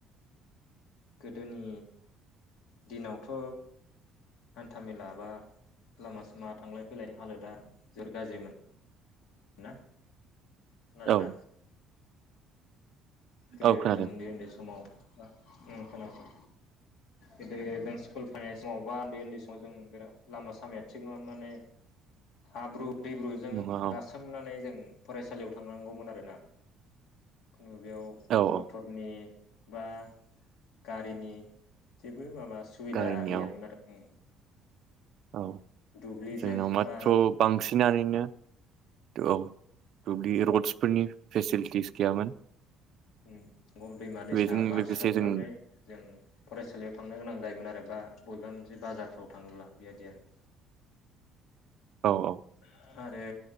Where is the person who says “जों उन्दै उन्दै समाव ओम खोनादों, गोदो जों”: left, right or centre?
Left